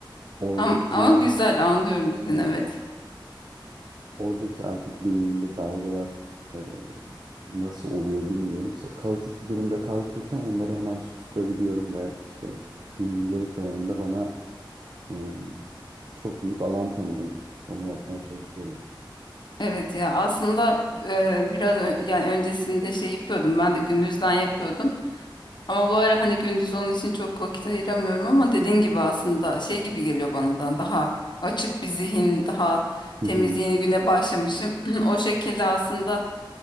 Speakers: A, on the right; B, on the left.
A: oradaki
B: Ama, ama güzel anlıyorum dedin
A: e,
B: evet.
A: oradaki artık beynimde dalgalar e, nasıl oluyor bilmiyorum. Sa- Kaotik bir durumda kalkıyorken onları hemen susturabiliyorum ve işte günün geri kalanında bana e, çok büyük alan tanıyor. Onu yapmaya çalışıyorum.
B: Evet ya aslında e, biraz ö- yani öncesinde şey yapıyordum ben de gündüzden yapıyordum. Ama bu ara hani gündüz onun için çok vakit ayıramıyorum ama dediğin gibi aslında şey gibi geliyor bana da daha açık bir zihin, daha
A: Hı
B: temiz
A: hı,
B: yeni güne başlamışım. <clears throat> O şekilde aslında